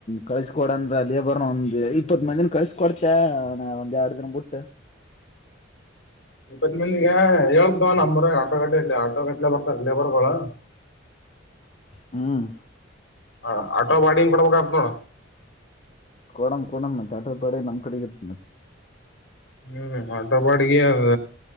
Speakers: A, on the left; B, on the left.
A: ಕಳ್ಸ್ಕೊಡಂತ ಅಲೆ ಲೇಬರ್ ಒಂದ್ ಇಪ್ಪತ್ ಮಾದೇ ಕಳ್ಸ ಕೊಡ್ತೇ ಒಂದ್ ಎರಡ್ ದಿನ ಬಿಟ್ಟ
B: ಇಪ್ಪತ್ ಮಂದಿಗೆಗ ಹೇಳೇತವ ನಮರ ಆಟೋ ಗಡ್ ಇಲಿ ಆಟೋಗಡ್ಲೆ ಬರ್ತಾರ ಲ್ಯಾಬೋರ್ಗಳು
A: ಹ್ಮ್ಮ್
B: ಹ ಆಟೋ ಬಾಡನ್ ಕೊಡ್ಬೇಕತ್ ನೋಡ
A: ಕೊಡಂ ಕೊಡಂ ಮತ್ತೆ ಆಟೋ ಬಾಡಿಗೆ ನಮ್ಮ್ ಕಡೆ ಇರ್ತ ಮತ್ತೆ
B: ಹ್ಮ್ ಆಟೋ ಬಾಡಿಗೆ ಅದ